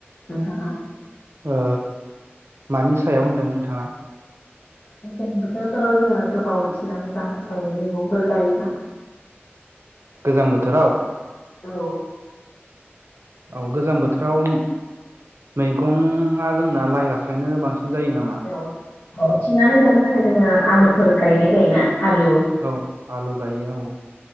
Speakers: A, on the left (about 65°); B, on the right (about 75°).
A: नोंथाङा।
B: ओ मानि सायाव होनदों नोंथाङा?
A: मेसें बोथोरफोराव जोङो गोबाव थिनानै जानो थाखाय मैगंफोर गायोबा।
B: दैज्लां बोथोराव?
A: औ।
B: औ गोजां बोथोराव मैगंआ जोंना लाइ लाफायानो बांसिन जायो नामा
A: औ औ थिनानै जानो थाखाय जोङो आलुफोर गायनाय जायोना आलु
B: औ आलु गायो औ।